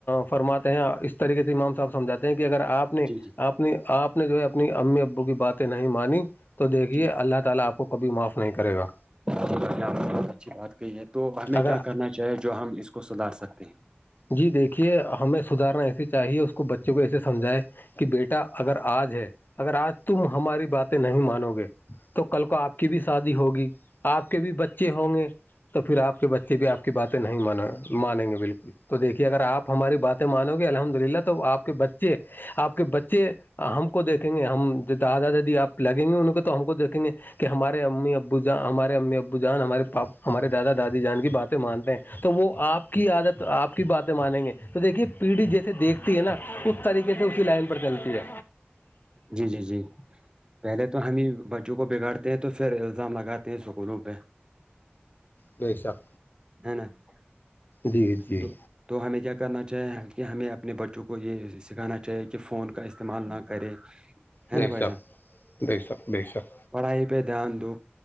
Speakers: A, on the left; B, on the right.
A: فرماتے ہیں اس طریقے سے امام صاحب سمجھاتے ہیں کہ اگر آپ نے
B: جی جی
A: آپ اپنی آپ نے جو ہے اپنی امی ابو کی باتیں نہیں مانی تو دیکھیے
B: جی
A: اللہ تعالی آپ کو کبھی معاف نہیں کرے گا
B: ب اچھی بات کہی ہے تو ہمیں
A: اگر
B: کیا کرنا چاہے جو ہم اس کو سدار سکتے ہیں
A: جی دیکھیے ہمیں سدارنا ایسے چاہیے اس کو بچے کو ایسے سمجھائے کہ بیٹا اگر آج ہے اگر آج تم ہماری باتیں نہیں مانو گے تو کل کو آپ کی بھی شادی ہوگی آپ کے بھی بچے ہوں گے تو پھر آپ کے بچے بھی آپ کی باتیں نہیں مانیں گے بالکل تو دیکھیے اگر آپ ہماری باتیں مانو گے الحمد للہ تو آپ کے بچے آپ کے بچے ہم کو دیکھیں گے ہم دادا دادی آپ لگیں گے ان کو تو ہم کو دیکھیں گے کہ ہمارے امی ابو جان ہمارے امی ابو جان ہمارے پاپا ہمارے دادا دادی جان کی باتیں مانتے ہیں تو وہ آپ کی عادت آپ کی باتیں مانیں گے تو دیکھیے پیڑھی جیسے دیکھتی ہے نا اس طریقے سے اسی لائن پر چلتی ہے
B: جی جی جی پہلے تو ہم ہی بچوں کو بگاڑتے ہیں تو پھر الزام لگاتے ہیں اسکولوں پہ
A: یہ حساب
B: <unintelligible>
A: جی جی
B: تو تو ہمیں کیا کرنا چاہیں کہ ہمیں اپنے بچوں کو یہ سکھانا چاہیے کہ فون کا استعمال نہ کرے ہے
A: د
B: نا بھائی
A: سپ
B: جان
A: د سک د سخ
B: پڑھائی پہ دھیان دو